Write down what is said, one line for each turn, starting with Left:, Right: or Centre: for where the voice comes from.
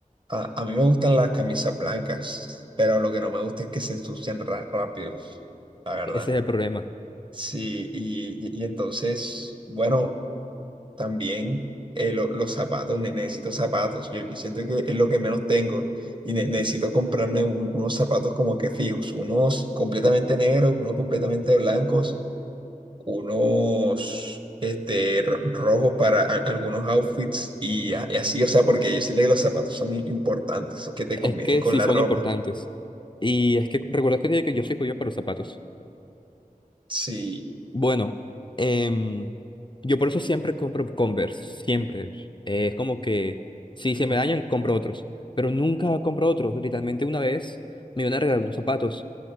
Right: a, a mí me gustan las camisas blancas, pero lo que no me gusta es que se ensucian ra- rápido, la verdad.
Left: Ese es el problema.
Right: Sí, y, y- y entonces, bueno, también eh, lo- los zapatos, ne- necesito zapatos. Yo, yo siento que es lo que menos tengo y ne- necesito comprarme un- unos zapatos como que fijos, unos completamente negros, unos completamente blancos unos este, ro- rojos para a- algunos outfits y, a- y así, o sea, porque yo siento que los zapatos son i- importantes, que te
Left: Es
Right: combinen
Left: que
Right: con
Left: sí
Right: la
Left: son
Right: ropa.
Left: importantes. Y es que recuerda que te dije que yo soy pollo para los zapatos.
Right: Sí,
Left: Bueno, em, yo por eso siempre compro Converse, siempre. Eh, es como que si se me dañan, compro otros. Pero nunca compro otros. Literalmente una vez me iban a regalar unos zapatos